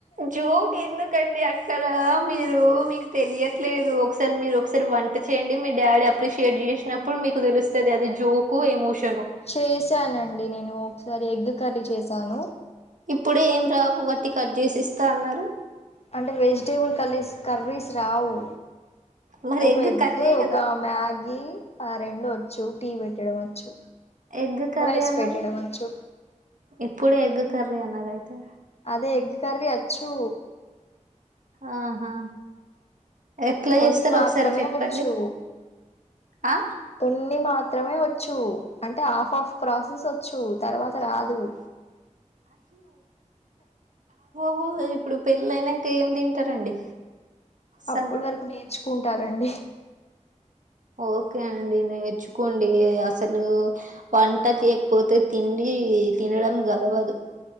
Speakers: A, on the right; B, on the left.
A: జోక్ ఎందుకు అండి కదా మీరు మీకు తెలియట్లలేదు ఒకసారి మీరు ఒకసారి వంట చేయండి మీ డాడీ అప్ప్రెసియేట్ చేసినప్పుడు మీకు తెలుస్తుంది అది జోకో ఎమోషన్
B: చేశానండి నేను ఒకసారి ఎగ్ కర్రీ చేసాను
A: ఇప్పుడే ఏం రావు వట్టి కట్ చేసి ఇస్తా అన్నారు
B: అంటే వెజిటల్స్ కర్రీస్ కర్రీస్ రావు
A: మరి
B: ఒక ఎగ్
A: కర్రీయే
B: ఒక
A: కదా
B: మ్యాగీ ఆ రెండు వచ్చు టీ పెట్టడం వచ్చు
A: ఎగ్ కర్రీ
B: రైస్
A: అన్నారు
B: పెట్టడం వచ్చు
A: ఇప్పుడే ఎగ్ కర్రీ అన్నారు అయితే
B: అదే ఎగ్ కర్రీ వచ్చు
A: ఆహా ఎట్లా
B: కొన్ని
A: చేస్తారు
B: మాత్రమే
A: ఒకసారి చెప్పండి
B: వచ్చు
A: ఆ
B: కొన్ని మాత్ర మాత్రమే వచ్చు అంటే హాఫ్ హాఫ్ ప్రాసెస్ వచ్చు తర్వాత రాదు
A: ఓ ఇప్పుడు పెళ్లి అయినాక ఏం తింటారండి స
B: అప్పుడు వరకు నేర్చుకుంటారండి
A: ఓకే అండి నేర్చుకోండి అసలు వంట చేయకపోతే తిండి ఈ తినడం గాలువదు